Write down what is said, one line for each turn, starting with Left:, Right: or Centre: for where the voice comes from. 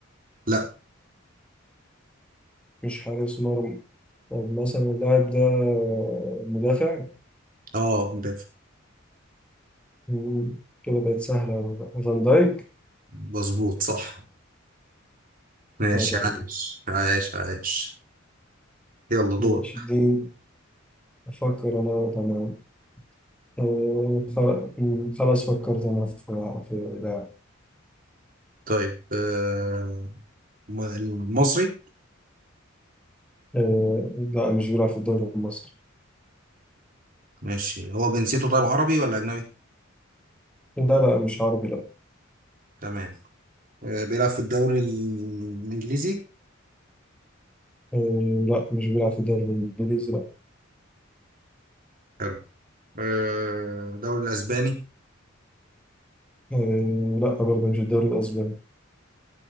Right: لا
Centre: مش حارس مرمى طب مثلا اللاعب ده مدافع
Right: اه مدافع
Centre: مم، كده بقت سهلة أوي. بقى. فان دايك
Right: مظبوط صح ماشي
Centre: أو بعدين
Right: عايش عايش عايش يلا دور
Centre: ماشي اديني أفكر أنا تمام آه، خ- مم، خلاص فكرت أنا في في لاعب
Right: طيب آه م- المصري
Centre: آه، لا مش بيلعب في الدوري المصري
Right: ماشي هو جنسيته طيب عربي ولا أجنبي؟
Centre: لا لا مش عربي لا
Right: تمام آه بيلعب في الدوري الإنجليزي
Centre: آه، لا مش بيلعب في الدوري الإنجليزي لا
Right: حلو آه الدوري الأسباني
Centre: آه، لا برضه مش الدوري الأسباني